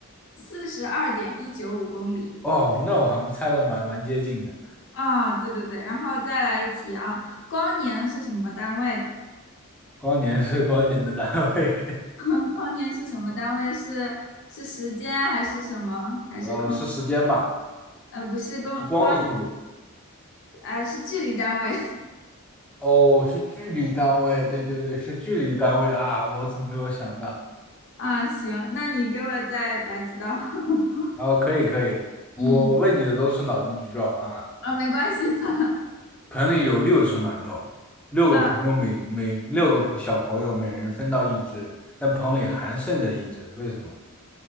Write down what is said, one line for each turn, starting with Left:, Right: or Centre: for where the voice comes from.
Left: 四十二点一九五公里
Centre: 哦，那我还没猜的蛮蛮接近的。
Left: 啊，对对对，然后再来一题啊，光年是什么单位？
Centre: 光年是光年的单位，
Left: <laughs> 光年是什么单位？是是时间还是什么？
Centre: <laughs>
Left: 还是空？
Centre: 呃，是时间吧？
Left: 呃，不是光光，
Centre: 就光的速度。
Left: 呃，是距离单位
Centre: 哦，是距离单位，对对对，是距离单位啊！我怎么没有想到？
Left: <laughs> 啊。行，那你给我再来几道。<laughs>
Centre: 哦，可以可以，我问你的都是脑筋急转弯了。
Left: 嗯，啊，没关系吧？<laughs>
Centre: 盆里有六只馒头，六个朋友每每六个朋小朋友每人分到一只，
Left: 啊，
Centre: 但盆里还剩着一只，为什么？